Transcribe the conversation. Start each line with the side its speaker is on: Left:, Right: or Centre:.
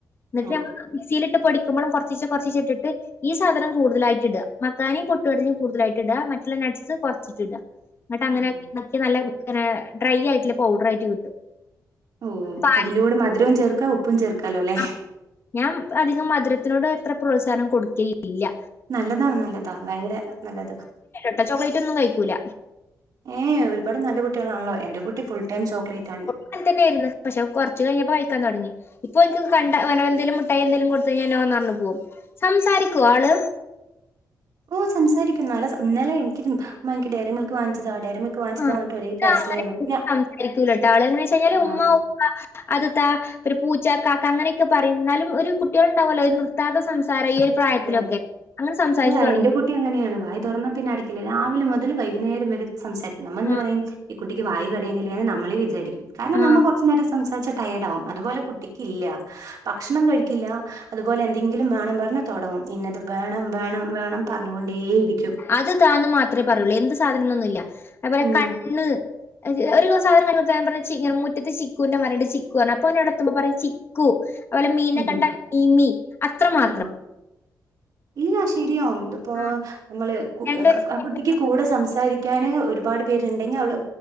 Left: എന്നിട്ട്മ്മ
Right: ഓ
Left: മിക്സിയിലിട്ട് പൊടിക്കുമ്പഴും കൊറച്ചീച്ച കൊറച്ചീചെ ഇട്ടിട്ട് ഈ സാധനം കൂടുതലായിട്ട് ഇട മക്കാനും പൊട്ടടലയും കൂടുതലായിടട്ട് ഇട മറ്റുള്ള നട്ട്സ് കുറ എന്നട്ട് അങ്ങനാക്കിട്ട്
Right: ഉം.
Left: നല്ല ഡ്രൈ ആയിട്ടുള്ള പൗഡർ ആയിട്ട് കിട്ടും
Right: ഓ
Left: പാൽ
Right: അതിന്റെ കൂടെ മധുരവും ചേർക്കാ ഉപ്പും ചേർക്കാലോ അല്ലേ
Left: ആ ഞാൻ അധികം മധുരത്തിനോട് എത്ര പ്രോത്സാഹനം കൊടുക്കില്ല
Right: നല്ലതാ നല്ലതാ ഭയങ്കര നല്ലതാ
Left: ട്ട ചോക്ലേറ്റ് ഒന്നും കഴിക്കൂല
Right: ഏഹ ഒരുപാട് നല്ല കുട്ടികളാണല്ലോ എന്റെറെ കുട്ടി ഫുൾ ടൈം ചോക്ലേറ്റ് ആണ്
Left: ങ്ങൻ തന്നെയായിരുന്നു പക്ഷെ കൊറച്ച് കഴിഞ്ഞപ്പോ വായിക്കാൻ തുടങ്ങി ഇപ്പോ ഓനിക്ക്
Right: ഉം.
Left: ട്ട എന്തെങ്കലും കൊടുത്ത് കഴിഞ്ഞാൽ നോ പറഞ്ഞു പോകും പോകും സംസാരിക്കുമോ ആള്
Right: ഓഹ്‌ സംസാരിക്കും നല്ല ഇന്നലെ എനിക്ക് മാ ഡയറി മിൽക്ക് വാങ്ങിച്ചതാ വാങ്ങിച്ചതാ
Left: ആഹ്‌
Right: പറഞ്ഞിട്ട് ഒരേ
Left: ഇത്
Right: കരച്ചിലായിരുന്നു
Left: അങ്ങനെ
Right: ഞാ-
Left: സംസാരിക്കൂലട്ടോ ആള് എന്ന് വെച്ച് കഴിഞ്ഞാല്
Right: ആ
Left: ഉമ്മ അത് താ പി പൂച്ച കാക്ക അങ്ങനെയൊക്കെ പറയും എന്നാലും ഒരു കുട്ടികള് ഉണ്ടാവല്ലോ ഒരു നൃത്താത സംസാരം ഈ ഒരു യത്തിലൊക്കെ
Right: അതെ അതെ
Left: അങ്ങനെ സംസാരിച്ച്
Right: അത്
Left: തുടങ്ങി
Right: എന്റെ കുട്ടി അങ്ങനെയാണ് വായി തുറന്നാ പിന്നെടക്കില്ല രാവിലെ മുതൽ വൈകുന്നര വരെ സംസാരിക്കും നമ്മ എന്ത്‌
Left: ആഹ്
Right: പറയും ഈ കുട്ടിക്ക് വായി കടയുന്നില്ലേ എന്ന് നമ്മളെ വിചാരിക്കും കാരണം
Left: ആഹ്
Right: നമ്മ നേരെ സംസാരിച്ച ടയേർഡ് ആകും അതുപോലെ കുട്ടിക്ക്ല്ല ഭക്ഷണം കഴിക്കില്ല അതുപോലെ എന്തെങ്കിലും വേണം പറഞ്ഞാൽ തുടങ്ങും ഇന്നെത് വേണം വേണം വേണം പറഞ്ഞുകൊണ്ടേയിരിക്കും
Left: അത് താന്ന് മാത്രമേ പറയൂള്ളൂ എന്ത് സാധനൊന്നുംല്ല അത്പോലെ
Right: ഉം
Left: കണ്ണ് ഒരു സാധനം കാണുമ്പോതന്നെ പറഞ്ഞൻ മുറ്റത്ത് ചിക്കുൻന്റെ മരണ്ട് ചിക്കു ആടത്ത്ബ പറിം അത് പോലെ മീനെ കണ്ട
Right: ഉം
Left: മീമി അത്ര മാത്രം
Right: ആ ഇല്ല ശരിയാവും ഇതിപ്പോ
Left: ആഹ്
Right: നമ്മള്
Left: രണ്ട് വയസ്സ്
Right: ആ കുട്ടിക്ക് കൂടെ സംസാരിക്കാന് ഒരുപാട് ണ്ടെങ്കിൽ അവ